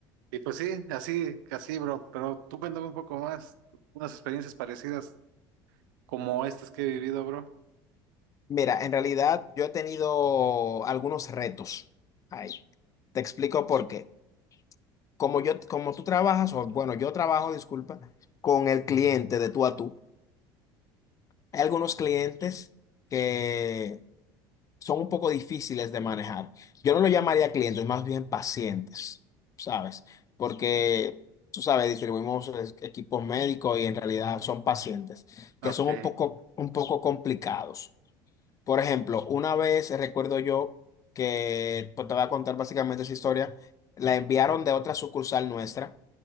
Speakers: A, on the right (about 80°); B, on the left (about 30°).
A: y pues sí, así, así, bro. Pero tú cuéntame un poco más, unas experiencias parecidas como estas que he vivido, bro.
B: <laughs> Mira, en realidad yo he tenido algunos retos ahí. Te explico por qué. Como yo, como tú trabajas, o bueno, yo trabajo, disculpa, con el cliente de tú a tú. Hay algunos clientes que son un poco difíciles de manejar. Yo no lo llamaría clientes, más bien pacientes, ¿sabes? Porque, tú sabes, distribuimos es- equipos médicos y en realidad son pacientes, que
A: Ok,
B: son
A: te
B: un poco, un poco complicados. Por ejemplo, una vez recuerdo yo que pues, te voy a contar básicamente esa historia, la enviaron de otra sucursal nuestra